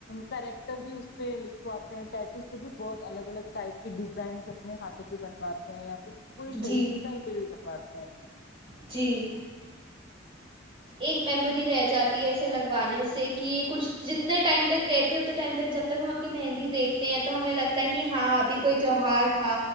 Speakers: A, on the left; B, on the right.
A: کیریکٹر بھی اس پہ لکھواتے ہیں ٹیٹو سے بھی بہت الگ الگ ٹائپ کے ڈیزائنس اپنے ہاتھوں پہ بنواتے ہیں پورے شہید
B: جی
A: بھی کہیں پہ بھی منواتے ہیں
B: جی ایک میموری رہ جاتی ہے اسے لگوانے سے کہ یہ کچھ جتنے ٹائم تک رہتے اتنے ٹائم تک جب تک ہم اپنی مہندی دیکھتے ہیں تو ہمیں لگتا ہے کہ ہاں ابھی کوئی تہوہار تھا